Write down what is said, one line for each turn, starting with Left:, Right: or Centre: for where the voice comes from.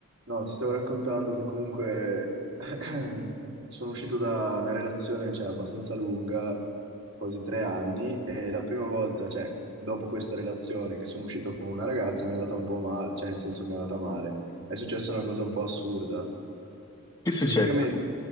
Right: No, ti stavo raccontando che comunque <clears throat> sono uscito da una relazione, cioè, abbastanza lunga, quasi tre anni, e la prima volta, cioè, dopo questa relazione che sono uscito con una ragazza mi è andata un po' male, cioè, nel senso mi è andata male. È successa una cosa un po' assurda.
Left: Che è successo?
Right: Praticamente